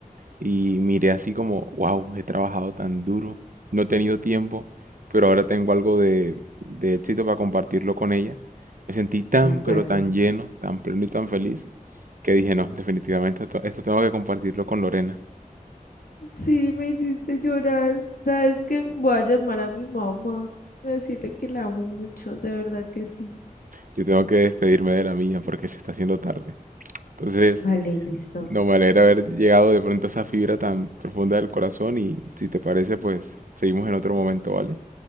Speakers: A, on the right; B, on the left.
A: y miré así como, wow, he trabajado tan duro, no he tenido tiempo, pero ahora tengo algo de, de éxito para compartirlo con ella. Me sentí tan,
B: De acuerdo.
A: pero tan lleno, tan pleno y tan feliz que dije, no, definitivamente esto, esto tengo que compartirlo con Lorena.
B: Sí, me hiciste llorar. ¿Sabes qué? Voy a llamar a mi mamá, voy a decirle que la amo mucho, de verdad que sí.
A: Yo tengo que despedirme de la mía porque se está haciendo tarde. Entonces,
B: Vale, listo.
A: No me alegra haber llegado de pronto a esa fibra tan profunda del corazón y si te parece, pues seguimos en otro momento, ¿vale?